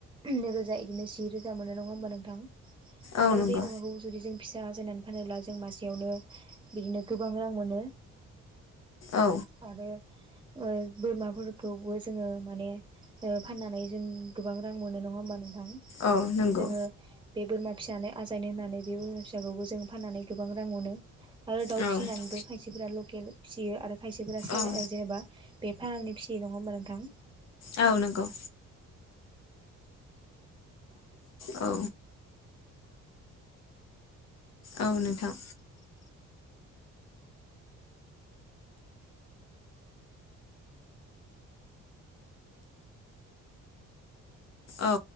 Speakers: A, on the right; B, on the left.
A: नैरोजा इदिनो जि रोजा मोनो नङा होमबा नोंथां?
B: औ
A: आरो
B: नंगौ
A: बे अमाखौ जुदि जों फिसा जोनोम होनोब्ला जों मासेयावनो बिदिनो गोबां रां मोनो
B: औ
A: आरो ओ बोरमाफोरखौबो जोङो माने ओ फाननानै जों गोबां रां मोनो नङा होमबा नों थां
B: औ नंगौ
A: जोङो बे बोरमा फिसानो आजायनो होननानै बे बोरमा फिसाखौबो जों फाननानै गोबां रां मोनो आरो दाउ
B: औ
A: फिसिनानैबो
B: औ
A: खायसेफोरा लकेल फिसियो आरो खायसेफोरा साल
B: औ
A: ओ जेनेबा बे फारामनि फिसियै नङा होमबा नोंथां
B: औ नंगौ औ औ नोंथां। औ